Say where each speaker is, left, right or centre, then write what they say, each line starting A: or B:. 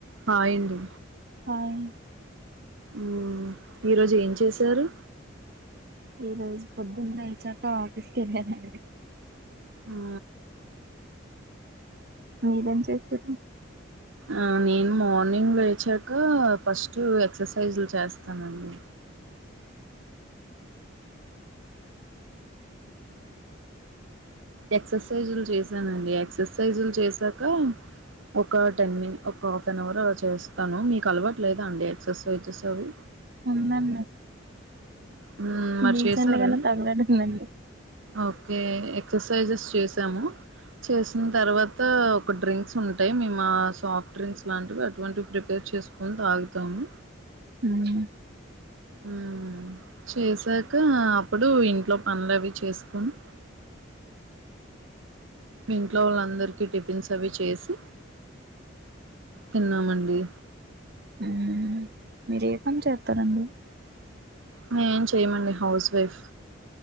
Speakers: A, on the right; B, on the right.
A: హా ఇందు
B: హాయ్
A: మ్ ఈరోజు ఏం చేసారు.
B: ఈరోజు పొద్దున లేచాక ఆఫిస్ కెళ్ళానండి.
A: ఆ
B: మీరేం చేస్తుర్రు
A: ఆ నేను మార్నింగ్ లేచాక ఫస్ట్ ఎక్సర్సైజ్లు చేస్తానండి. ఎక్సర్సైజులు చేసానండి. ఎక్సర్సైజులు చేసాక ఒక టెన్ మిని ఒక హాఫ్ అన్ అవర్ అలా చేస్ తను మీకు అలవాటు లేదా అండి ఎక్సర్సైజెస్ అవి
B: ఉందండి
A: ఉమ్ మరి
B: డీసెంట్
A: చేసారా
B: గానే తగలడిందండి
A: ఒక్ ఎక్సర్సైజెస్ చేసాం చేసిన్ తర్వాత ఒక డ్రింక్స్ ఉంటాయ్ మేమా సాఫ్ డ్రింక్స్ లాంటివి అటువంటివి ప్రిపేర్ చేసుకొని తాగుతాము.
B: అవునా
A: ఉమ్ చేసాక అప్పుడు ఇంట్లో పనులవి చేసుకొని ఇంట్లొ వాళ్ళందరికీ టిఫిన్స్ అవి చేసి తిన్నామండి
B: మ్ మీరు ఎ పని చేత్తారండి
A: మే ఏం చెయమండి హౌస్ వైఫ్